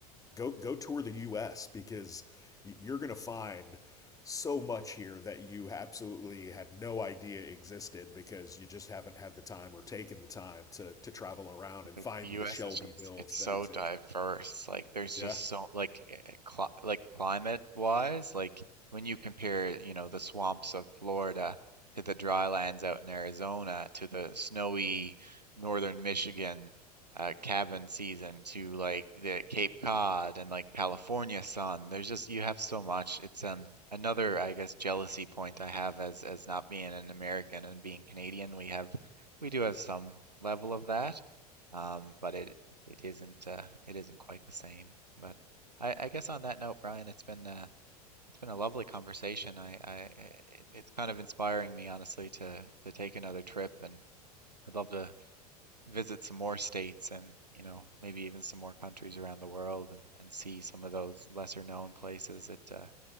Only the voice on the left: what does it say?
Go go tour the U.S. because you're gonna find so much here that you absolutely had no idea existed because you just haven't had the time or taken the time to to travel around and
find
the Shelbyvilles
that
exist.
Yeah.